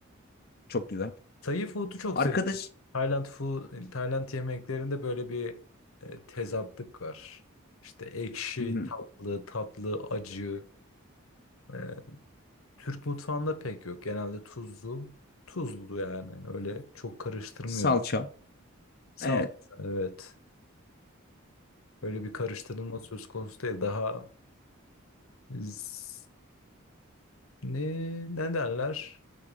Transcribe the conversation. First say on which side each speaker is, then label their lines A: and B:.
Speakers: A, on the left (about 45°); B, on the left (about 85°).
A: <laughs> Çok güzel.
B: Thai food'u çok
A: Arkadaş
B: seviyorum. Tayland food, Tayland yemeklerinde böyle bir e, tezatlık var. İşte ekşi,
A: Hı,
B: tatlı, tatlı, acı. E, Türk mutfağında pek yok. Genelde tuzlu, tuzlu yani. Öyle çok karıştırmıyoruz.
A: salça.
B: Sağ
A: Evet.
B: evet. Öyle bir karıştırılma söz konusu değil. Daha z- ne ne derler?